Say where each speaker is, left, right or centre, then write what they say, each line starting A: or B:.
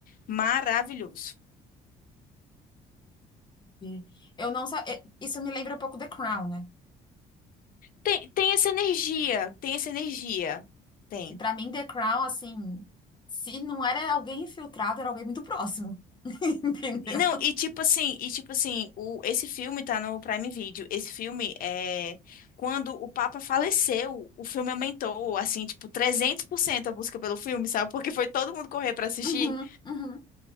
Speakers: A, on the left (about 55°); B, on the left (about 25°).
A: maravilhoso.
B: E Eu não sa- é, Isso me lembra um pouco The Crown, né?
A: Tem, tem essa energia, tem essa energia. Tem.
B: Que pra mim The Crown, assim, se não era alguém infiltrado, era alguém muito próximo. <laughs> Entendeu?
A: Não, e tipo assim, e tipo assim, o, esse filme tá no Prime Video. Esse filme é quando o Papa faleceu, o filme aumentou assim, tipo 300% a busca pelo filme, sabe? Porque foi todo mundo correr pra assistir.
B: Uhum, uhum.